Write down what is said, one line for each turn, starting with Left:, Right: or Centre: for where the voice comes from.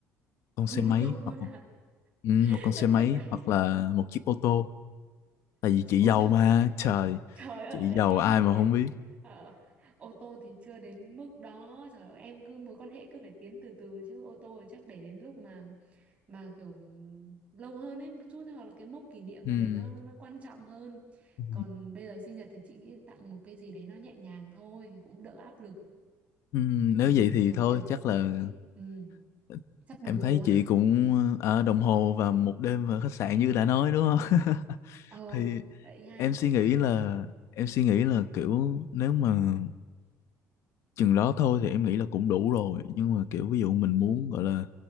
Right: <laughs>
Left: con
Right: có
Left: xe
Right: mô
Left: máy
Right: tô thôi
Left: hoặc
Right: à <laughs>
Left: ừ, một con xe
Right: là
Left: máy
Right: xe máy
Left: hoặc là một chiếc ô tô tại vì
Right: một chiếc
Left: chị
Right: ô
Left: giàu
Right: tô <laughs>
Left: mà trời
Right: trời ơi
Left: chị giàu
Right: em
Left: ai
Right: ơi
Left: mà không biết
Right: Ờ, ô tô thì chưa đến mức đó trời ơi em cứ mối quan hệ cứ phải tiến từ từ chứ ô tô thì chắc để đến lúc mà mà kiểu lâu hơn ấy một chút hoặc là cái mốc kỷ niệm
Left: ừ.
Right: nào đấy nó nó quan trọng hơn
Left: Ừ.
Right: còn bây giờ sinh nhật thì chị nghĩ tặng một cái gì đấy nó nhẹ nhàng thôi cũng đỡ áp lực
Left: Ừ,
Right: Ừ,
Left: nếu vậy thì
Right: kiểu
Left: thôi
Right: kiểu
Left: chắc
Right: cũng
Left: là
Right: đấy ừ.
Left: ờ,
Right: chắc đồng
Left: em
Right: hồ
Left: thấy
Right: ha
Left: chị cũng ở đồng hồ và một đêm ở khách sạn như đã nói đúng không <laughs>
Right: ồ
Left: thì
Right: vậy ha
Left: em suy nghĩ
Right: <laughs>
Left: là em suy nghĩ là kiểu nếu mà chừng đó thôi thì em nghĩ là cũng đủ rồi nhưng mà kiểu ví dụ mình
Right: ừ.
Left: muốn gọi là